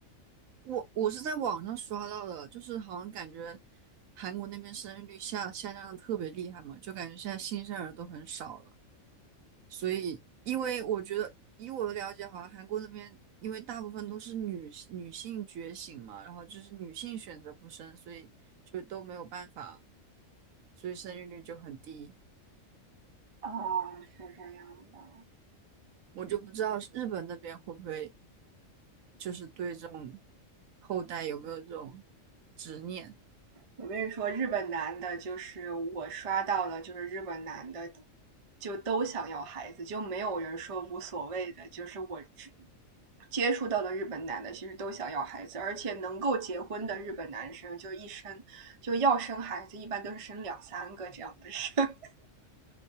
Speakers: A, on the right; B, on the right.
A: 我我是在网上刷到的，就是好像感觉韩国那边生育率下下降的特别厉害嘛，就感觉现在新生儿都很少了。所以，因为我觉得以我的了解，好像韩国那边因为大部分都是女女性觉醒嘛，然后就是女性选择不生，所以就都没有办法，所以生育率就很低。
B: 啊，是这样的。
A: 我就不知道日本那边会不会就是对这种后代有没有这种执念，
B: 我跟你说，日本男的，就是我刷到的，就是日本男的，就都想要孩子，就没有人说无所谓的。就是我只接触到的日本男的，其实都想要孩子，而且能够结婚的日本男生，就一生就要生孩子，一般都是生两三个这样的生。